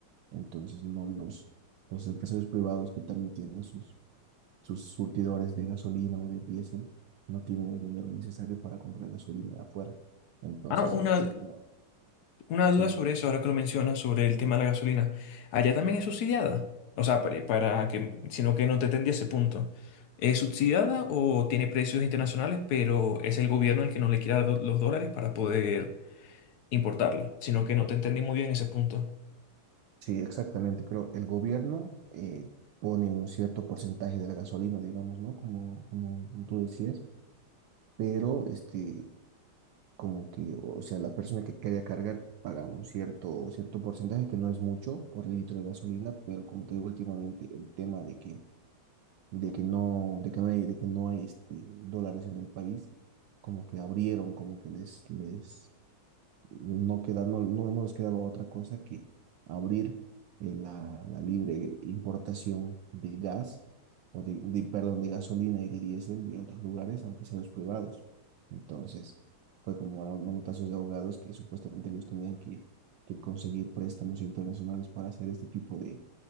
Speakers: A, on the right; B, on the left.
A: Entonces, no los, los empresarios privados que también tienen sus sus surtidores de gasolina o de diésel no tienen el dinero necesario para comprar gasolina de afuera. Entonces
B: Ah, una,
A: el sistema,
B: Una duda
A: sí,
B: sobre eso, ahora que lo mencionas, sobre el tema de la gasolina. ¿Allá también es subsidiada? O sea, para, para que, sino que no te entendí ese punto. ¿Es subsidiada o tiene precios internacionales, pero es el gobierno el que no le quiere dar los dólares para poder importarla? Sino que no te entendí muy bien ese punto.
A: sí, exactamente. Creo el gobierno eh, pone un cierto porcentaje de la gasolina, digamos, ¿no? Como, como, como tú decías, pero este, como que, o sea, la persona que quería cargar paga un cierto, cierto porcentaje, que no es mucho por el litro de gasolina, pero como te digo últimamente, el tema de que de que no, de que no hay, de que no hay este, dólares en el país, como que abrieron, como que les, les no queda, no, no, no les quedaba otra cosa que abrir eh, la, la libre importación de gas, o de, de, perdón, de gasolina y de diésel de otros lugares, aunque sean los privados. Entonces, fue como a los manotazos de abogados que supuestamente ellos tenían que, que conseguir préstamos internacionales para hacer este tipo de